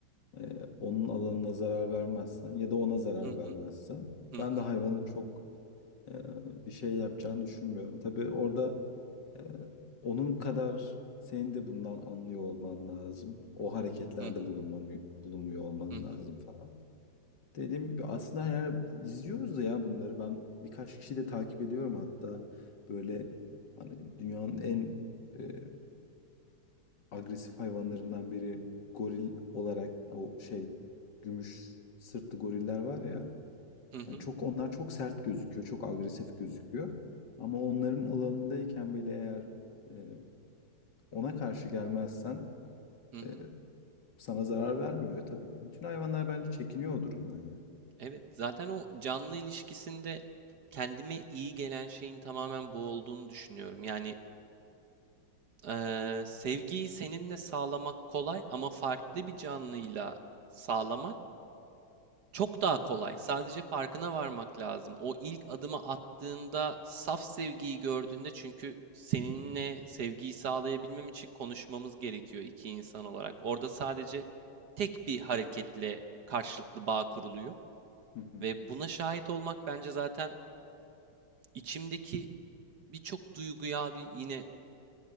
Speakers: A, on the left; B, on the right.
A: e, onun alanına zarar vermezsen ya da ona zarar
B: Hı
A: vermezsen,
B: hı hı
A: ben
B: hı
A: de hayvanı çok e, bir şey yapacağını düşünmüyorum. Tabii orada e, onun kadar senin de bundan anlıyor olman lazım. O hareketlerde
B: hı hı
A: bulunmuyor, bulunmuyor olman
B: hı
A: lazım
B: hı
A: falan. Dediğim gibi aslında yani izliyoruz da ya bunları. Ben birkaç kişiyi de takip ediyorum hatta böyle hani dünyanın en e, agresif hayvanlarından biri goril olarak o şey gümüş sırtlı goriller var ya
B: hı hı
A: Hani çok onlar çok sert gözüküyor, çok agresif gözüküyor. Ama onların alanındayken bile eğer e, ona karşı gelmezsen
B: hı hı.
A: e, sana zarar vermiyor. E, Tabii bütün hayvanlar bence çekiniyor o durumdan ya.
B: Evet, zaten o canlı ilişkisinde kendime iyi gelen şeyin tamamen bu olduğunu düşünüyorum. Yani eee, sevgiyi seninle sağlamak kolay ama farklı bir canlıyla sağlamak Çok daha kolay. Sadece farkına varmak lazım. O ilk adımı attığında, saf sevgiyi gördüğünde çünkü seninle sevgiyi sağlayabilmem için konuşmamız gerekiyor iki insan olarak. Orada sadece tek bir hareketle karşılıklı bağ kuruluyor
A: Hı hı.
B: ve buna şahit olmak bence zaten içimdeki birçok duyguyu abi yine